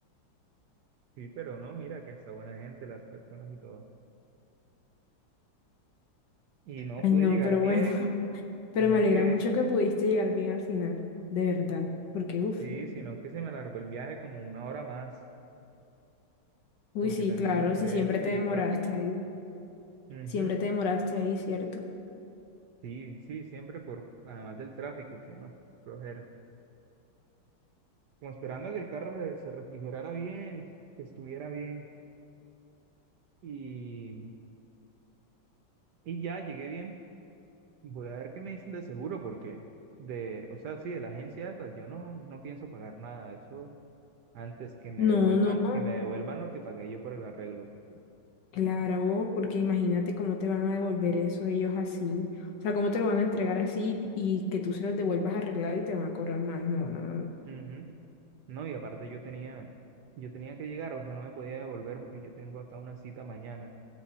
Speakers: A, on the right; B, on the left.
A: Sí, pero no, mira que hasta buena gente, las personas y todo. Y no
B: Ay,
A: pude
B: no,
A: llegar
B: pero
A: bien,
B: bueno, <laughs> pero
A: sino
B: me alegra
A: que
B: mucho que pudiste llegar bien al final, de verdad, porque, uff,
A: Sí, sino que se me alargó el viaje como una hora más,
B: uy,
A: porque
B: sí,
A: también
B: claro,
A: entre
B: si siempre
A: eso y
B: te
A: el
B: demoraste
A: tráfico.
B: ahí,
A: ujú,
B: siempre te demoraste ahí, ¿cierto?
A: Sí, sí, siempre por, además del tráfico, que no, flojera. Como esperando a que el carro se, se refrigerara bien y que estuviera bien. Y, y ya llegué bien. Voy a ver qué me dicen de seguro, porque de, o sea, sí, de la agencia esa, yo no, no pienso pagar nada. Eso antes que me
B: No,
A: devuelvan,
B: no.
A: que me devuelvan lo que pagué yo por el arreglo. porque-
B: Claro, porque imagínate cómo te van a devolver eso ellos así. O sea, cómo te lo van a entregar así y que tú se los devuelvas arreglado y te van a cobrar más. No, no, no. no.
A: ujú, No, y aparte yo tenía, yo tenía que llegar, o sea, no me podía devolver porque yo tengo hasta una cita mañana